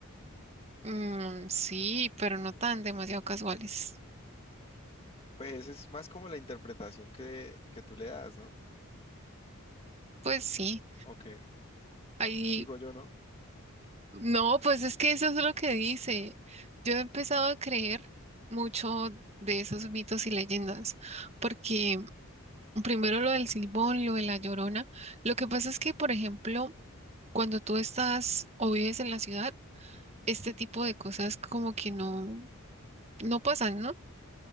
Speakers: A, on the right; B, on the left.
A: Mm, sí, pero no tan demasiado casuales.
B: Pues es más como la interpretación que, que tú le das, ¿no?
A: Pues sí,
B: O que
A: hay
B: digo yo, ¿no?
A: No, pues es que eso es lo que dice. Yo he empezado a creer mucho de esos mitos y leyendas, porque primero lo del Silbón, lo de la Llorona. Lo que pasa es que, por ejemplo, cuando tú estás o vives en la ciudad, este tipo de cosas como que no, no pasan, ¿no?